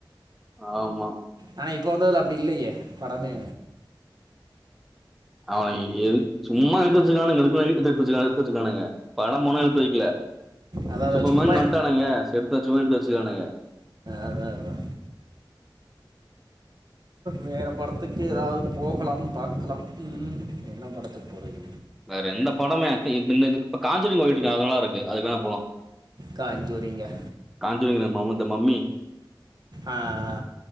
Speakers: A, in the centre; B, on the right.
A: ஆமா
B: ஆனா இப்போ வந்ததுல அப்டி இல்லயே படமே
A: அவே எதுக் சும்மா எடுத்து வச்சுக்கானுங்க எடுக்க எடு எடுத்து வச்சக்கானுங்க படம் ஒண்ணு எடுத்து வைக்கல
B: அதான் அதான்
A: சூப்பர்மேன்
B: சும்மா
A: வன்ட்டானுங்க சரி எடுத்து வச்சிர்வோனு எடுத்து வச்சுதானுங்க
B: அதா அதா வேற படத்துக்கு எதாவது போகலாம் பாக்கலாம் ம் என்ன படத்துக்கு போறது
A: வேற எந்த படமே இந்த இ இப்ப காஞ்சுரிங் ஓடிட்டு இருக்கு அது நல்லா இருக்கு அதுக்கு வேணா போலா
B: காஞ்சுரிங்கா
A: காஞ்சுரிங்தா மமுத மம்மி
B: ஆ அ